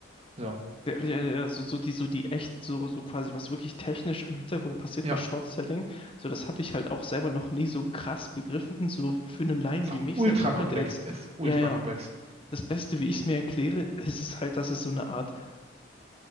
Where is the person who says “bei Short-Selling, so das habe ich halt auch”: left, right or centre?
Left